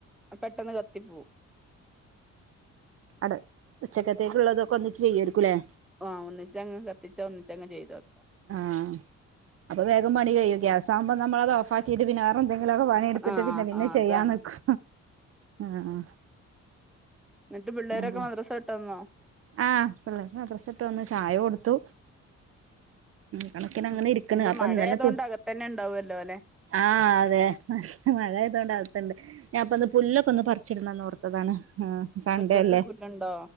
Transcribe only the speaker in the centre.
പെട്ടെന്ന് കത്തിപ്പോവും.
ആഹ് ഒന്നിച്ചങ് കത്തിച്ചാ ഒന്നിച്ചങ്ങ് ചെയ്തു വെക്കാം.
ആഹ്
ആ
അതാണ്
ന്നട്ട് പിള്ളേൊരൊക്കെ
മദ്രാസട്ടന്നോ?
ഉം
ഇനിയിപ്പ
മഴയായതുകൊണ്ട്
അകത്തന്നെ ഉണ്ടാവുമല്ലോ അല്ലെ
മുറ്റത്ത് പുല്ലുണ്ടോ